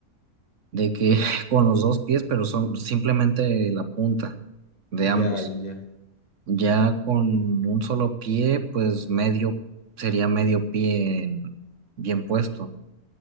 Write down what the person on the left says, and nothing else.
Ya,
ya. ya.